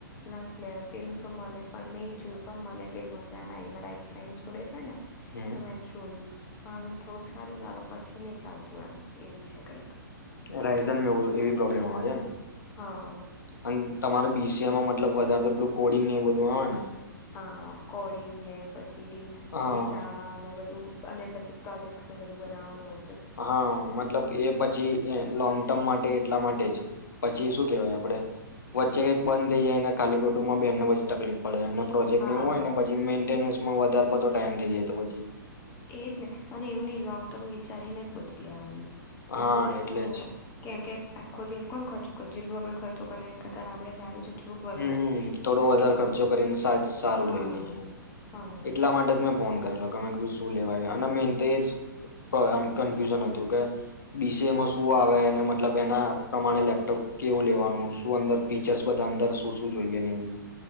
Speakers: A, on the left (about 20°); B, on the left (about 60°).
A: ના જ લેવાય. પેલું તો મને પણ મેં જોયું પણ મને કઈ મજા ના આયી મારા એક ફ્રેન્ડ જોડે છે ને
B: હમ
A: તો મેં જોયું પણ થોડુંક પછી નહી ચાલતું એમ એવું છે કઈક.
B: રાઇઝનમાં એવું એવી પ્રોબ્લેમ આવે છે ને.
A: હા
B: અન તમાર બીસીઆઈ મતલબ વધારે તો પેલું કોડિંગ ને એ બધું આવે ને?
A: હા કોડિંગ ને પછી ડી
B: હા
A: પછી જાવા અને બધું અને પછી પ્રોજેક્ટસ ને બધું બનાવાનું
B: હા મતલબ એ પછી લોંગ ટર્મ માટે એટલા માટે જ પછી શું કેહેવાય આપડે વચ્ચે કઈક બંધ થઈ જાયને ખાલી ખોટું માં બેનને પછી તકલીફ પડે એમને પ્રોજેક્ટને
A: હા
B: એવું હોયને પછી મેન્ટેનસ માં વધારે પડતો ટાઈમ થઈ જાય તો પછી
A: એજ ને અને એવું નહી લોંગ ટર્મ વિચારીને જ બધું લેવાનું. એટલે
B: હા
A: પછી શું
B: જ
A: કેમકે આખો દિવસ કોણ જેટલી વાર તો કરાય એના કરતાં તો આપડે સારું છે. થોડુંક વધારે
B: હમ્મ‌ થોડો
A: નાખીને
B: વધારે ખર્ચો
A: વો-
B: કરીને સારું
A: હા
B: લઈ લઈએ.
A: હા
B: એટલા માટે જ મેં ફોન કરેલો કીધું શું લેવાય અને મેન તો જ કન્ફ્યુઝન હતું કે બીસીઆઈમાં શું આવે મતલબ એના પ્રમાણે લેપટોપ કેવું લેવાનું શું અંદર ફીચર્સ બધા અંદર શું શું જોઈએ ને એ બધું.